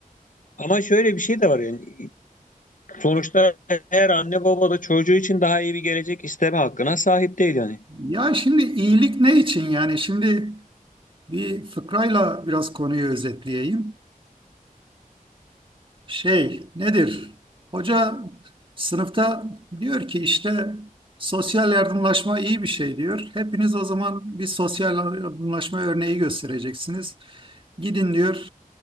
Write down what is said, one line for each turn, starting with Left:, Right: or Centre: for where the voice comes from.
Left: Ama şöyle bir şey de var yani sonuçta her anne baba da çocuğu için daha iyi bir gelecek isteme hakkına sahip değil yani.
Right: Ya şimdi iyilik ne için yani? Şimdi bir fıkrayla biraz konuyu özetleyeyim. Şey nedir? Hoca sınıfta diyor ki işte sosyal yardımlaşma iyi bir şey diyor. Hepiniz o zaman bir sosyal yardımlaşma örneği göstereceksiniz. Gidin diyor